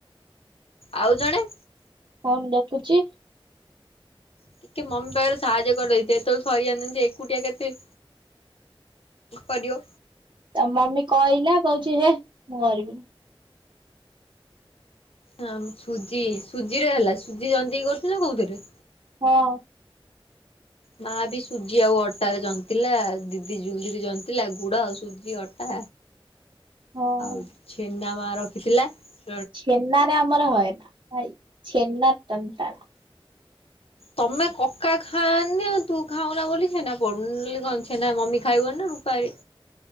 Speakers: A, on the left; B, on the right.
A: ଆଉ ଜଣେ?
B: ହଁ ମୁଁ ଦେଖୁଚି।
A: ଟିକେ ମମି ପାଖରେ ସାହାଯ୍ୟ କରିଦେଇଚି ଏତେବେଳେ ସରିଯାନ୍ତାଣି ସେ ଏକୁଟିଆ କେତେ କରିବ।
B: ତା ମମି କହିଲା କହୁଚି ହେ ମୁଁ କରିବିନି।
A: ହଁ ସୁଜି ସୁଜିରେ ହେଲା ସୁଜି ଯନ୍ତିକି କରୁଥିଲୁ ନା କୋଉଥିରେ?
B: ହଁ।
A: ମା ବି ସୁଜି ଆଉ ଅଟା ରେ ଜନ୍ତିଲା ଦିଦି ଜୁଲି ରେ ଜନ୍ତିଲା ଗୁଡ ଆଉ ସୁଜି ଅଟା।
B: ହଁ
A: ଆଉ ଛେନା ମା ରଖିଥିଲା ର
B: ଛେନା ରେ ଆମର ହଏନା ଭାଇ। ଛେନ୍ନା ତନ୍ ତାରା।
A: ତମେ କକା ଖାଆନି ତୁ ଖାଉନା ବୋଲି ଛେନା ପଡୁନି ନ ହେଲେ କଣ ଛେନା ମମି ଖାଇବନି ନା ରୁପାରି